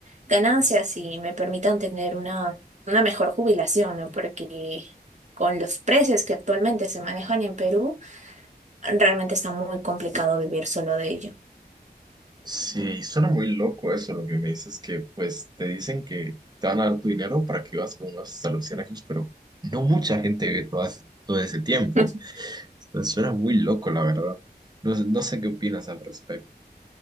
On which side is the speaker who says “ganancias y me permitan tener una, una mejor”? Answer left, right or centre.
Right